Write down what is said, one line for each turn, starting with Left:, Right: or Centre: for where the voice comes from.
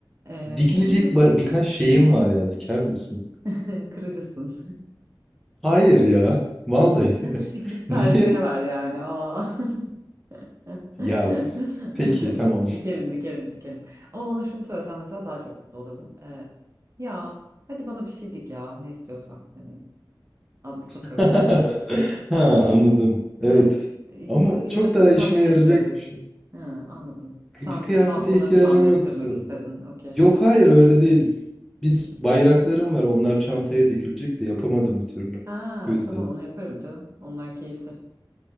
Right: Eee,
Centre: Dikilecek
Right: onun dışında
Centre: ba- birkaç şeyim
Right: Hı,
Centre: var ya diker misin?
Right: <laughs> kırıcısın.
Centre: Hayır ya. Vallahi.
Right: <laughs> Git
Centre: <laughs>
Right: terziye
Centre: Niye?
Right: ver yani. Aa. <laughs>
Centre: Ya peki tamam.
Right: Dikerim, dikerim, dikerim. Ama bana şunu söylesen mesela daha çok mutlu olurdum. Eee, ya hadi bana bir şey dik ya ne istiyorsan hani aldım sıfırdan.
Centre: <laughs> Ha anladım.
Right: Evet.
Centre: Evet.
Right: E,
Centre: Ama çok
Right: Ya da
Centre: daha
Right: kumaş
Centre: işime
Right: getirebilir.
Centre: yarayacak bir şey.
Right: Ha, anladım.
Centre: Kı-
Right: Sen
Centre: Bir kıyafete
Right: e, pantolonlarını
Centre: ihtiyacım
Right: tamir ettirmek
Centre: yoktu sanırım.
Right: istedin. Okey.
Centre: Yok hayır öyle değil. Biz bayraklarım
Right: <laughs>
Centre: var onlar çantaya dikilecek de yapamadım bir türlü.
Right: Ha,
Centre: Bu yüzden.
Right: tamam onu yaparım canım. Onlar keyifli.